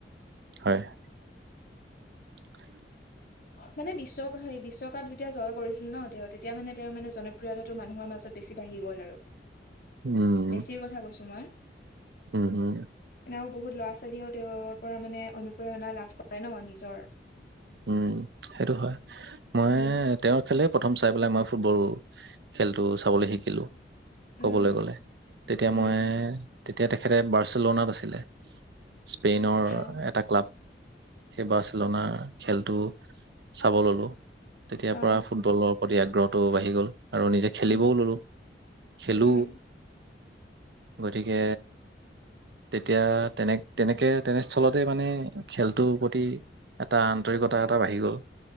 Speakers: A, on the right; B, on the left.
A: <unintelligible>
B: মানে বিশ্ব হ বিশ্বকাপ যেতিয়া জয় কৰিছিল ন তেওঁ তেতিয়া মানে তেওঁ মানে জনপ্ৰিয়তাটো মানুহৰ মাজত বেছি বাঢ়ি গ'ল আৰু
A: উম
B: বেছিৰ কথা কৈছো মই
A: উম হম
B: এও বহুত ল'ৰা ছোৱালীও তেওঁৰ পৰা মানে অনুপেৰণা লাভ কৰে হয় ন ম নিজৰ
A: উম সেইটো হয় মই
B: উম
A: তেওঁৰ খেলে প্ৰথম চাই পেলাই মই ফুটবল খেলটো চাবলৈ শিকিলো
B: উম
A: কবলৈ গ'লে তেতিয়া
B: উম
A: মই তেতিয়া তেখেতে বাৰ্চেলনাত আছিলে স্পেইনৰ
B: অ
A: এটা ক্লাব সেই বাচলনাৰ খেলতো চাব ললো তেতিয়াৰ
B: অ
A: পৰা ফুটবলৰ অ আগ্ৰহটোও বাঢ়ি গ'ল আৰু নিজে খেলিবও
B: উম
A: ললো খেলো
B: উম
A: গতিকে তেতিয়া তেনে তেনেকে তেনেস্থলতে মানে খেলটোৰ প্ৰতি এটা আন আন্তৰিকতা এটা বাঢ়ি গ'ল